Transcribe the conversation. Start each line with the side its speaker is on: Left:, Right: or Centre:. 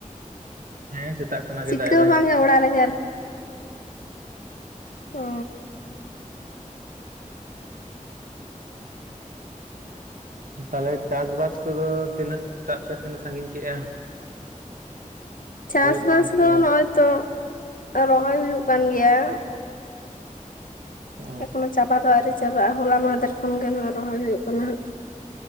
Right: ᱦᱮᱸ ᱥᱮᱛᱟᱜ ᱠᱷᱚᱱᱟᱜ
Left: ᱪᱤᱠᱟᱹ
Right: ᱜᱮ ᱫᱟᱜ ᱮᱫᱟᱭ
Left: ᱦᱚ ᱵᱟᱝ ᱜᱮ ᱚᱲᱟᱜ ᱨᱮ ᱜᱮ ᱚ
Right: ᱦᱮᱸ ᱛᱟᱞᱚᱞᱮ ᱪᱟᱥ ᱵᱟᱥ ᱠᱚᱫᱚ ᱛᱤᱱᱟᱹᱜ ᱴᱟᱜ ᱯᱮ ᱛᱤᱱᱟᱹᱜ ᱥᱟᱺᱜᱤᱧ ᱠᱮᱜ-ᱟ
Left: ᱪᱟᱥ
Right: ᱠᱚ
Left: ᱵᱟᱥ
Right: ᱮᱱᱛᱮ
Left: ᱫᱚ ᱱᱚᱜ-ᱚᱭ ᱛᱚ ᱨᱚᱦᱚᱭ ᱦᱩᱭᱩᱜ ᱠᱟᱱ ᱜᱮᱭᱟ
Right: ᱚ
Left: ᱮᱠᱷᱚᱱᱳ ᱪᱟᱵᱟ ᱫᱚ ᱟᱹᱣᱨᱤ ᱪᱟᱵᱟᱜ-ᱟ ᱦᱚᱞᱟ ᱢᱟᱫᱷᱮᱨ ᱠᱷᱚᱱ ᱜᱮ ᱨᱚᱦᱚᱭ ᱦᱩᱭᱩᱜ ᱠᱟᱱᱟ ᱦᱟᱜ